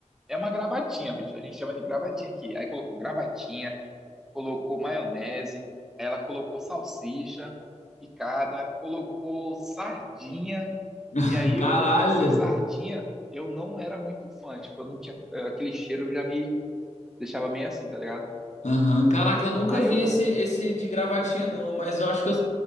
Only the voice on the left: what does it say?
<laughs>
Caralho.
Aham. Caraca, eu nunca
vi
esse, esse de gravatinha, não, mas eu acho que eu.